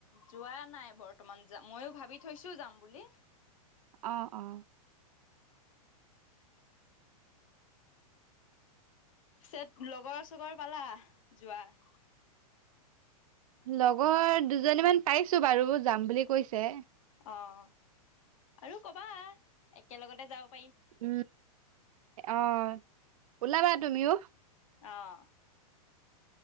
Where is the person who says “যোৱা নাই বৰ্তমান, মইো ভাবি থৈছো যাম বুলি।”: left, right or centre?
Left